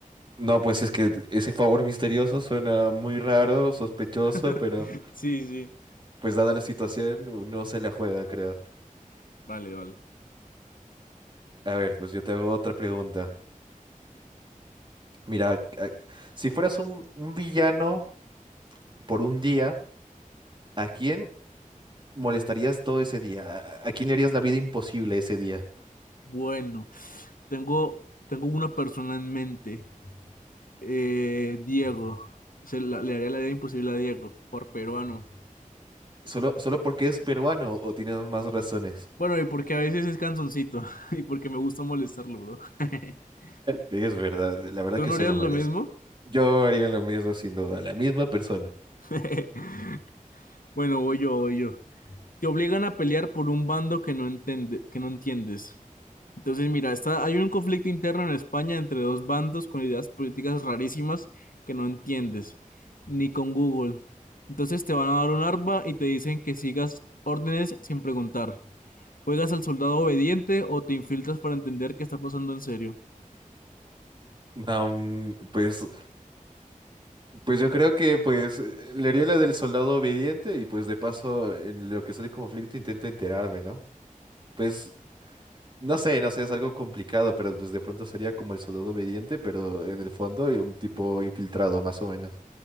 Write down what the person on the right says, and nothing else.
No, pues es que ese favor misterioso suena muy raro, sospechoso,
pero
pues dada la situación uno se la juega, creo.
A ver, pues yo te hago otra pregunta. Mira, a- si fueras un, un villano por un día, ¿a quién molestarías todo ese día? ¿A, a quién le harías la vida imposible ese día?
¿Solo, solo porque es peruano o tienes más razones?
Es verdad, la verdad
que
se
lo
merece.
Yo haría lo mismo sin duda, la misma persona.
Ah, mm, pues, pues yo creo que pues eh, le haría la del soldado obediente y pues de paso en lo que es el conflicto intento enterarme, ¿no? Pues No sé, no sé, es algo complicado, pero pues de pronto sería como el soldado obediente, pero en el fondo eh, un tipo infiltrado, más o menos.